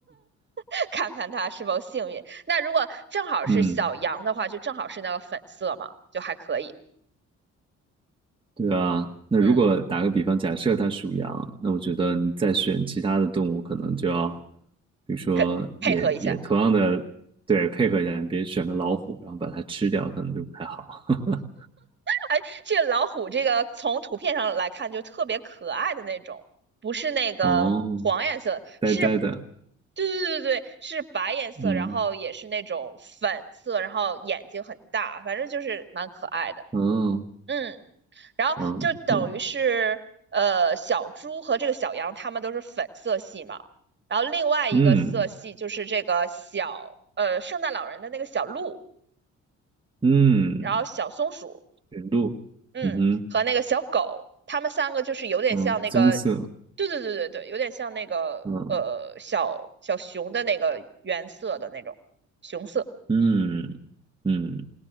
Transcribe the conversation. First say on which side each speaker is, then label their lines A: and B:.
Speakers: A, on the right (about 35°); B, on the right (about 15°).
A: <laughs> 看看他是否幸运。那如果正好是小羊的话，
B: 嗯
A: 就正好是那个粉色嘛，就还可以。
B: 对啊，那如果打个比方，
A: 嗯。
B: 假设它属羊，那我觉得你再选其他的动物，可能就要，比如说也也同样的，
A: 跟配合一下。
B: 对，配合一下，你别选个老虎，然后把它吃掉，可能就不太好。<laughs>
A: 哎，这个老虎这个从图片上来看就特别可爱的那种，不是那个黄颜色，
B: 哦，呆呆的，
A: 是，对对对对，是白颜色，
B: 嗯，
A: 然后也是那种粉色，然后眼睛很大，反正就是蛮可爱的。
B: 哦，
A: 嗯，然后就等于是呃小猪和这个小羊它们都是粉色系嘛，
B: 嗯，那
A: 然后另外一个色系就是这个小呃圣诞老人的那个小鹿，
B: 嗯嗯，
A: 然后小松鼠。
B: 驯鹿，
A: 嗯，
B: 嗯哼，
A: 和那个小狗，他们三个就是有点像那个，
B: 嗯，棕色，
A: 对对对对对，有点像那个呃小小熊的那个原色的那种熊色。
B: 嗯嗯嗯，